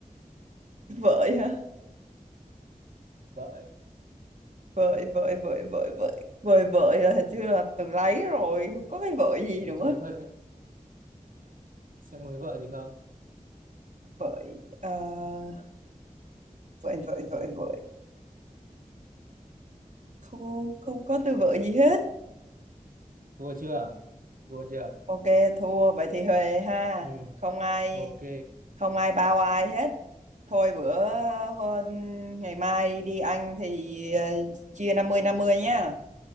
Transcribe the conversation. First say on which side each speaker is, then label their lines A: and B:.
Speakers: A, on the right (about 55°); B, on the right (about 75°).
A: vợi hả
B: vợ
A: vợi vợi vợi vợi vợi vợi vợi là hình như là từ lấy rồi không có cái vợi gì
B: đúng
A: nữa
B: rồi hơi mệt. xem người vợ gì không
A: vợi ờ, vợi vợi vợi vợi không không có từ vợi gì hết
B: thua chưa thua chưa
A: ok thua vậy thì huề ha
B: ừ
A: không ai
B: ok
A: không ai bao ai hết thôi bữa hôm- ngày mai đi ăn thì ờ, chia năm mươi năm mươi nhá